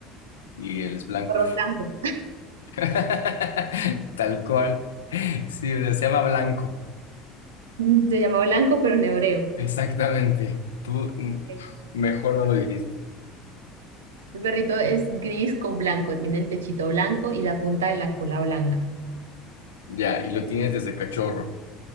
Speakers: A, on the left; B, on the right.
A: y él es blanco.
B: Perro blanco.
A: <laughs> Tal cual. Sí, o sea, se llama blanco.
B: <laughs> Se llama Blanco, pero en hebreo.
A: Exactamente. Tú mm,
B: Ok.
A: mejor no lo dijiste.
B: Mi perrito es gris con blanco, tiene el pechito blanco y la punta de la cola blanca.
A: Ya, y lo tienes desde cachorro.